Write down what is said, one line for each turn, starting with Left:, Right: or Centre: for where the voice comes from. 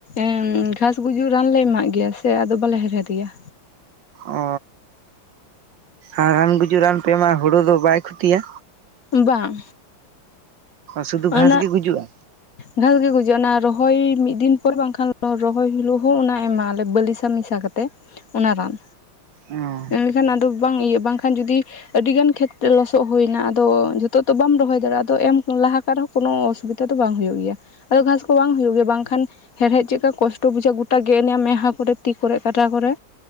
Left: ᱩᱸ ᱜᱷᱟᱥ ᱜᱩᱡᱩᱜ ᱨᱟᱱ ᱞᱮ ᱮᱢᱟᱜ ᱜᱮᱭᱟ ᱥᱮ ᱟᱫᱚ ᱵᱟᱞᱮ ᱦᱮᱲᱦᱮᱫ ᱜᱮᱭᱟ᱾
Right: ᱚ ᱟᱨ ᱨᱟᱱ ᱜᱩᱡᱩᱜ ᱨᱟᱱ ᱯᱮ ᱮᱢᱟᱜᱟ ᱦᱩᱲᱳ ᱫᱚ ᱵᱟᱭ ᱠᱷᱚᱛᱤᱭᱟ?
Left: ᱵᱟᱝ
Right: ᱥᱩᱫᱷᱩ ᱜᱷᱟᱥ
Left: ᱚᱱᱟᱜ
Right: ᱜᱮ ᱜᱩᱡᱩᱜᱼᱟ
Left: ᱜᱷᱟᱥ ᱜᱮ ᱜᱩᱡᱩᱜᱼᱟ ᱚᱱᱟ ᱨᱚᱦᱚᱭ ᱢᱤᱫ ᱫᱤᱱ ᱯᱚᱨ ᱵᱟᱝᱠᱷᱟᱱ ᱨᱚᱦᱚᱭ ᱦᱤᱞᱳᱜ ᱦᱚᱸ ᱚᱱᱟ ᱮᱢᱜᱟᱞᱮ ᱵᱟᱞᱤ ᱥ <unintelligible> ᱢᱮᱥᱟ ᱠᱟᱛᱮ ᱚᱱᱟ ᱨᱟᱱ,
Right: ᱚ
Left: ᱮᱱᱠᱷᱟᱱ ᱟᱫᱚ ᱵᱟᱝ ᱤᱭᱟᱹ ᱵᱟᱝᱠᱷᱟᱱ ᱡᱩᱫᱤ ᱟᱹᱰᱤ ᱜᱟᱱ ᱠᱷᱮᱛ ᱞᱚᱥᱚᱜ ᱦᱩᱭᱱᱟ, ᱟᱫᱚ ᱱᱤᱛᱚᱜ ᱫᱚ ᱵᱟᱢ ᱨᱚᱦᱚᱭ ᱫᱟᱲᱮᱭᱟᱜᱼᱟ, ᱟ ᱮᱢ ᱞᱟᱦᱟ ᱨᱮᱦᱚᱸ ᱠᱚᱱᱚ ᱚᱥᱩᱵᱤᱫᱟ ᱫᱚ ᱵᱟᱝ ᱦᱩᱭᱩᱜ ᱜᱮᱭᱟ ᱟᱫᱚ ᱜᱷᱟᱥᱼᱼ ᱵᱟᱝ ᱦᱩᱭᱩᱜ ᱜᱮᱭᱟ ᱵᱟᱝᱠᱷᱟᱱ ᱦᱮᱲᱦᱮᱫ ᱪᱮᱜᱠᱟ ᱠᱚᱥᱴᱚ ᱵᱩᱡᱷᱟᱹᱜᱼᱟ ᱜᱚᱴᱟ ᱜᱮᱫ ᱮᱱᱭᱟ ᱢᱮᱫᱦᱟ ᱠᱚᱨᱮ ᱛᱤ ᱠᱚᱨᱮ ᱠᱟᱴᱟ ᱠᱚᱨᱮ,